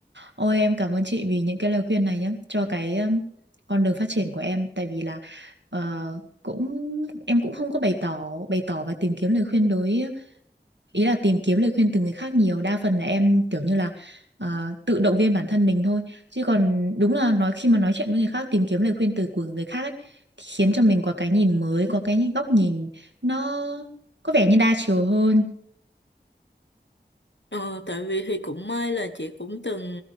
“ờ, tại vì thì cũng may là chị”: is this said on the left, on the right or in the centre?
Left